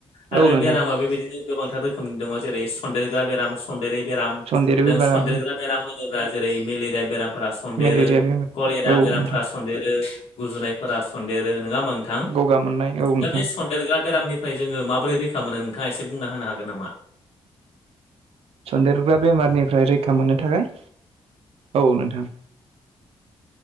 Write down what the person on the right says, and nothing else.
औ नोंथां
सनदेरो
बेमारा
मेलेरिया बेमार
औ
नोंथां
गगा मोननाय औ नोंथां
सन्देरग्रा बेमारनिफ्राय रैखा मोननो थाखाय औ नोंथां।